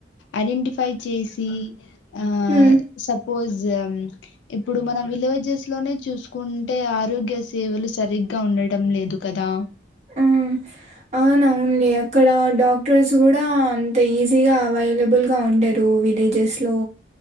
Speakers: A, on the left (about 75°); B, on the right (about 35°).
A: ఐడెంటిఫై చేసి ఆ
B: మ్మ్
A: సపోస్ ఇప్పుడు మనం విలేజెస్ లోనే చూసుకుంటే ఆరోగ్య సేవలు సరిగ్గా ఉండటం లేదు కదా
B: ఆ అవునవునులే అక్కడ డాక్టర్స్ కూడా అంత ఈజీగా అవైలబుల్ గా ఉండరు విలేజెస్ లో